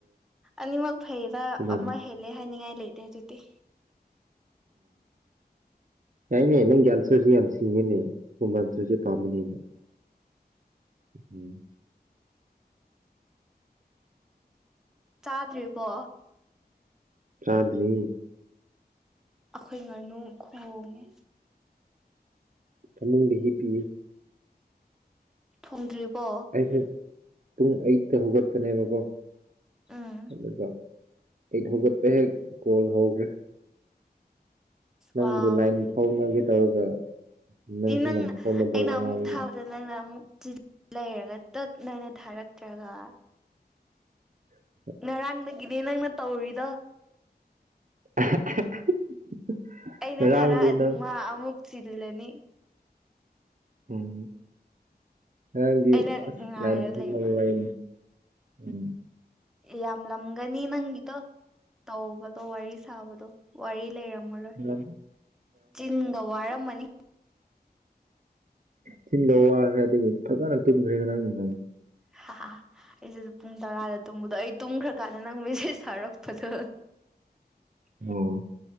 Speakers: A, in the centre; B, on the right.
A: ꯑꯅꯤꯃꯛ ꯐꯩꯔꯥ
B: ꯀꯅꯥꯅ
A: ꯑꯃ ꯍꯦꯜꯂꯦ ꯍꯥꯏꯅꯤꯡꯉꯥꯏ ꯂꯩꯇꯦ ꯑꯗꯨꯗꯤ
B: ꯑ ꯑꯅꯦꯩꯅ ꯟꯁꯁꯤ ꯌꯥꯝ ꯁꯤꯅꯦ ꯍꯨꯝ ꯃꯟꯇ꯭ꯔꯨꯁꯦ ꯄꯥꯝꯕꯅꯤꯕ ꯎꯝ
A: ꯆꯥꯗ꯭ꯔꯤꯕꯣ
B: ꯔꯥꯗ꯭ꯔꯤ
A: ꯑꯩꯈꯣꯏ ꯉꯥꯅꯨ ꯈꯍꯣꯡꯉꯦ
B: ꯇꯃꯨꯡꯗꯒꯤ ꯍ ꯄꯤ
A: ꯊꯣꯡꯗ꯭ꯔꯤꯕꯣ
B: ꯑꯩꯁꯨ ꯄꯨꯡ ꯑꯩꯠꯇ ꯍꯧꯒꯠꯄꯅꯦꯕꯀꯣ
A: ꯎꯝ
B: ꯑꯗꯨꯒ ꯑꯩ ꯊꯧꯒꯠꯄ ꯍꯦꯛ ꯀꯣꯜ ꯍꯧꯈ꯭ꯔꯦ ꯅꯪꯕꯨ
A: ꯋꯥꯎ
B: ꯂꯥꯏꯟ ꯐꯥꯎꯅꯒꯦ ꯇꯧꯔꯒ ꯅꯪꯁꯤ
A: ꯅꯪ
B: ꯌꯥꯝ ꯐꯥꯎꯅꯕ
A: ꯑꯩꯅ
B: ꯋꯥꯔꯤ
A: ꯑꯃꯨꯛ ꯊꯥꯕꯗ ꯅꯪꯅ ꯑꯃꯨꯛ ꯆ ꯂꯩꯔꯒ ꯇꯛ ꯅꯥꯏꯅ ꯊꯥꯔꯛꯇ꯭ꯔꯒ
B: ꯎꯝ
A: ꯉꯔꯥꯡꯗꯒꯤꯅꯦ ꯅꯪꯅ ꯇꯧꯔꯤꯗꯣ
B: <inaudible>
A: ꯑꯩꯅ
B: ꯉꯔꯥꯡꯗꯨ
A: ꯊꯥꯔꯛꯑꯗꯤ
B: ꯅꯪ
A: ꯃꯥ ꯑꯃꯨꯛ ꯆꯤꯜꯂꯅꯤ
B: ꯎꯝ ꯉꯉꯥꯡꯗꯤ
A: ꯑꯩꯅ
B: ꯑꯁ
A: ꯉꯥꯏꯔ
B: ꯂꯥꯏꯟ ꯊ
A: ꯂꯩꯕ
B: ꯋꯥꯔꯤꯅꯤ ꯎꯝ
A: ꯌꯥꯝ ꯂꯝꯒꯅꯤ ꯅꯪꯒꯤꯗꯣ ꯇꯧꯕꯗꯣ ꯋꯥꯔꯤ ꯁꯥꯕꯗꯣ ꯋꯥꯔꯤ ꯂꯩꯔꯝꯃꯔꯣꯏ
B: ꯌꯥꯝ
A: ꯆꯤꯟꯒ ꯋꯥꯔꯝꯃꯅꯤ
B: ꯆꯤꯡꯗ ꯋꯥꯈ꯭ꯔꯦ ꯑꯗꯒꯤ ꯐꯖꯅ ꯇꯨꯝꯈ꯭ꯔꯦꯅ ꯅꯪ ꯅꯪ
A: ꯍꯥ ꯑꯩꯁꯨꯦ ꯑꯗꯨ ꯄꯨꯡ ꯇꯔꯥꯗ ꯇꯨꯝꯕꯗꯣ ꯑꯩ ꯇꯨꯝꯈ꯭ꯔꯀꯥꯟꯗ ꯅꯪ ꯃꯦꯖꯦꯖ ꯊꯥꯔꯛꯄꯗꯣ
B: ꯑꯣ